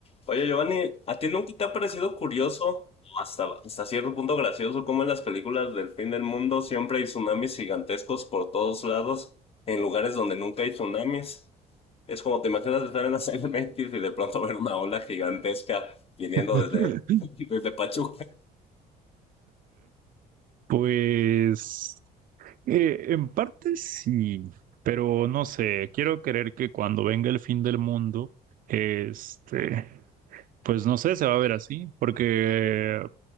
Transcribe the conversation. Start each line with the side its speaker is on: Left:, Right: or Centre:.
Left: Oye, Giovanni, ¿a ti nunca te ha parecido curioso, o hasta, hasta cierto punto gracioso, cómo en las películas del fin del mundo siempre hay tsunamis gigantescos por todos lados, en lugares donde nunca hay tsunamis? Es como te imaginas estar en la CDMX y de pronto ver una ola gigantesca viniendo
Right: <laughs>
Left: desde, <laughs> desde Pachuca.
Right: Pues eh, en parte sí, pero no sé, quiero creer que cuando venga el fin del mundo, este, pues no sé, se va a ver así, porque